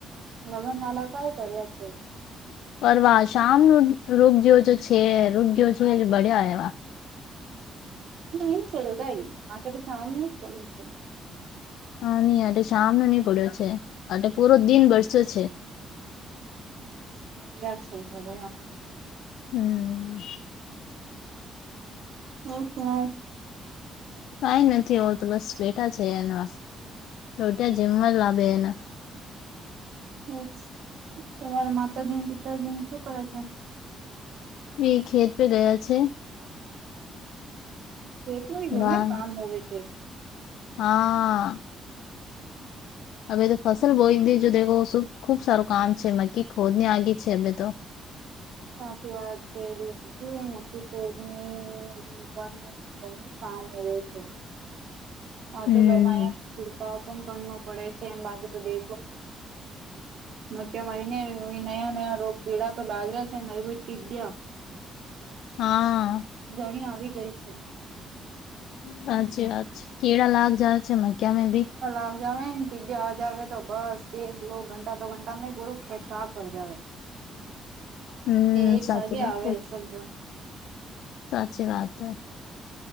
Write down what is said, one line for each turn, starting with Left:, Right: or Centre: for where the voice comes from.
Right: લગન માલા કાઇ કરીયા છે.
Left: પર વા શામનું રોગ જેવું તો છે રોગ જેવ છે જો બળ્યા હે વા,
Right: એ પડ્યો કાઈ મા કે તો સામનું જ પડ્યો છે.
Left: હા, નહી, આ શમનો નહી પડ્યો છે, આ પૂરો દિન બરસ્યો છે.
Right: હ છે, જડ.
Left: હમ.
Right: હમ.
Left: કઈ નથી આવ, તો બસ બેઠા છે, એના રોટિયા જેમવા જ લાગે એના.
Right: હોય, તમારા માતાજી-પિતાજીને શું કરે છે?
Left: બ ખેત પે ગયા છે. <unintelligible>
Right: હ ખેત નઈ ગો
Left: વા
Right: ન કામ હ છે <unintelligible>
Left: હા. હવે તો ફસલ બોઈ દીજું દેખ ખુબ સારું કામ છે, મકી ખોદ ની આગી છે હવે તો.
Right: હચું વા છે, એ મ કોદમ રરવાની <unintelligible> કામ રહે છે. પાછું
Left: હમ
Right: દવાયા નો છિડકાવ પણ કરો પડે છે, બાકી તો દે. મ કેમયને નયા નયા રોગ કેેળા તો લાગ્યા છે ને, એભી ગયા.
Left: હા.
Right: ઘણી આવી ગઈ છે.
Left: સાચી વાત કેળા લાગી જાય છે, એમાં કેમે ભી
Right: કલ લાગ જાવ ટીડીે આજવે તો બસ એક ઘંટા દો ઘંટા પરો ફેસાફ કરજવે <unintelligible>
Left: <unintelligible>
Right: એક
Left: સાચી
Right: સાથેે
Left: વાત
Right: આવે, શબજ.
Left: સાચી વાત હૈ.